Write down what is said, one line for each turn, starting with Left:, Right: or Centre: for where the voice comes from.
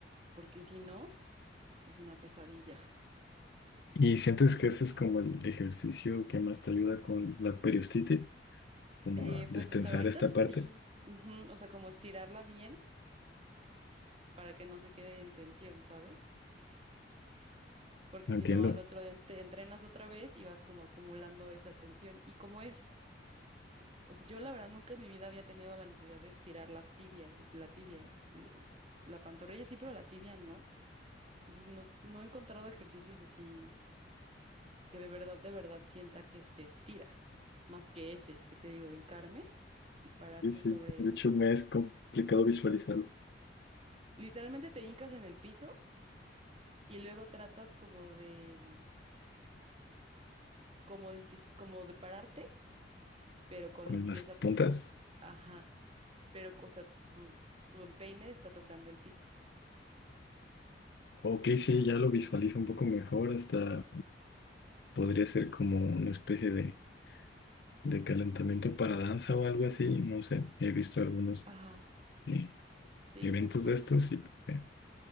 Right: porque si no, es una pesadilla.
Left: ¿Y sientes que ese es como el ejercicio que más te ayuda con la periostitis, como
Right: Eh,
Left: a destensar
Right: pues hasta ahorita
Left: esta
Right: sí,
Left: parte?
Right: ujú, O sea, como estirarla bien para que no se quede en tensión, ¿sabes? Porque
Left: No
Right: si
Left: entiendo.
Right: no, al otro día te entrenas otra vez y vas como acumulando esa tensión. Y como es ¿no? O sea, yo la verdad nunca en mi vida había tenido la necesidad de estirar las tibias, o sea, la tibia, l- la pantorrilla sí, pero la tibia no. Entonces no, no he encontrado ejercicios así que de verdad, de verdad sienta que se estira, más que ese, que te digo, hincarme y pararme
Left: Sí, sí.
Right: sobre...
Left: De hecho, me es complicado visualizarlo
Right: Literalmente te hincas en el piso y luego tratas como de, mm, como de, dis- como de pararte, pero con
Left: con
Right: los pies
Left: las
Right: apoyo.
Left: puntas.
Right: Ajá, pero, o sea, tu, tu empeine está tocando el piso.
Left: Ok, sí, ya lo visualizo un poco mejor, hasta podría ser como una especie de, de calentamiento para danza o algo así, no sé. He visto algunos
Right: Ajá,
Left: eh,
Right: sí,
Left: eventos
Right: justo.
Left: de estos y... eh,